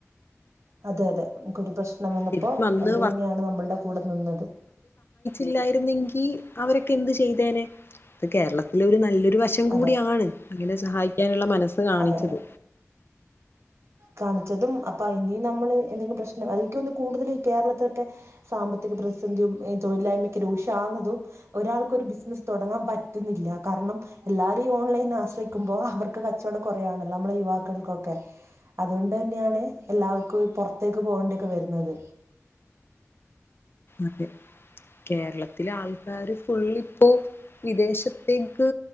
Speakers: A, on the right; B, on the left.
A: അതെ അതെ മുക്കൊരു പ്രശ്നം വന്നപ്പോ
B: ശരിക്കും അന്ന്
A: അവര് തന്നെയാണ് നമ്മളുടെ കൂടെ നിന്നത്
B: ല്ലായിരുന്നെങ്കി അവരൊക്കെ എന്ത് ചെയ്തേനെ കേരളത്തില് ഒരു നല്ലൊരു ഒരു വശം കൂടിയാണ്
A: അതെ
B: അങ്ങനെ സഹായിക്കാനുള്ള മനസ്സ് കാണിച്ചത്
A: അതെ അതെ കാണിച്ചതും അപ്പൊ അയ്ന് നമ്മള് എന്തോക്കെ പ്രശ്നം അല്ലേങ്കി ഒന്ന് കൂടുതല് ഈ കേരളത്ത്തോട്ടെ സാമ്പത്തി പ്രതിസന്ധിയും തൊഴിലായ്മയ്ക്ക് രൂക്ഷവുന്നതും ഒരാൾക്ക് ഒരു ബിസിനസ്സ് തുടങ്ങാൻ പറ്റുന്നില്ല കാരണം എല്ലാരും ഓൺലൈൻ ആശ്രയിക്കുമ്പോ അവർക്ക് കച്ചോടം കോറയണല്ലോ നമ്മളെ യുവാക്കൾക്കൊക്കെ അതുകൊണ്ട് ന്നെയാണ് എല്ലാവർക്കും പോറത്തേക്ക് പോകേണ്ടിക്കെ വരുന്നത്
B: ഒക്കെ <inaudible> കേരളത്തിലെ ആൾക്കാര് ഫുള്ള് ഇപ്പോ വിദേശത്തേക്ക്